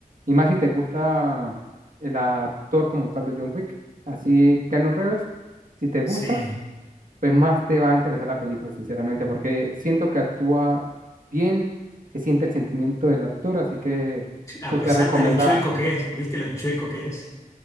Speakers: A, on the right; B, on the left.
A: Y más si te gusta el actor como tal de John Wick, así Keanu Reeves. Si te gusta,
B: sí.
A: pues más te va a interesar la película, sinceramente, porque siento que actúa bien, se siente el sentimiento del actor, así que
B: A
A: súper
B: pesar
A: recomendada.
B: de lo chueco que es, ¿viste lo chueco que es?